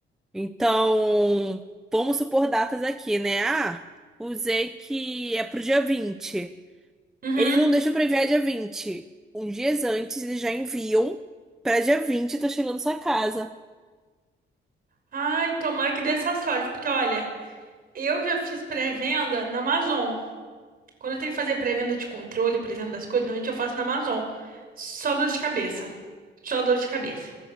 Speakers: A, in the centre; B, on the right.
A: Então, vamos supor datas aqui, né? Ah, usei que é pro dia 20.
B: Uhum.
A: Eles não deixam pra enviar dia 20. Uns dias antes, eles já enviam pra dia 20 tá chegando sua casa.
B: Ai, tomara que dê essa sorte, porque olha, eu já fiz pré-venda na Amazon. Quando eu tenho que fazer pré-venda de controle, pré-venda das coisas, normalmente eu faço na Amazon. Só dor de cabeça. Só dor de cabeça.